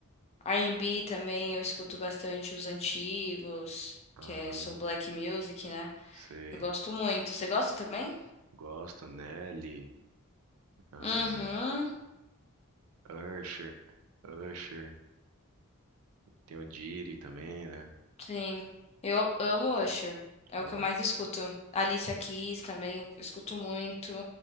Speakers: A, on the left (about 30°); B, on the right (about 85°).
A: R&B também eu escuto bastante os antigos, que
B: Aham,
A: é Soul Black Music, né?
B: sei.
A: Eu gosto muito. Você gosta também?
B: Gosto, Nelly, ah,
A: Uhum,
B: Usher, Usher, tem o Diddy também, né?
A: sim. Eu amo Usher. É
B: Gosto.
A: o que eu mais escuto. Alicia Keys também eu escuto muito.